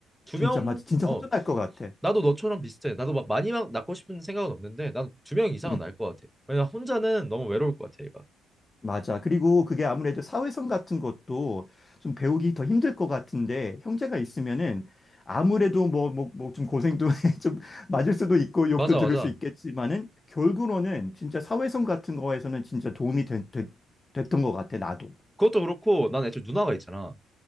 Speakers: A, in the centre; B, on the left.
A: 두
B: 진짜
A: 명
B: 맞아. 진짜
A: 어
B: 허전할 것 같아.
A: 나도 너처럼 비슷해 나도 막 많이 막 낳고 싶은 생각은 없는데 난 두 명 이상은
B: 음.
A: 낳을 것 같아 왜냐 혼자는 너무 외로울 것 같아 얘가
B: 맞아. 그리고 그게 아무래도 사회성 같은 것도 좀 배우기 더 힘들 것 같은데, 형제가 있으면은 아무래도 뭐, 뭐, 뭐 좀 고생도 <laughs> 좀 맞을 수도 있고, 욕도
A: 맞아
B: 들을
A: 맞아
B: 수 있겠지만은, 결국으로는 진짜 사회성 같은 거에서는 진짜 도움이 되, 되, 됐던 것 같아, 나도.
A: 그것도 그렇고 난 애초에 누나가 있잖아.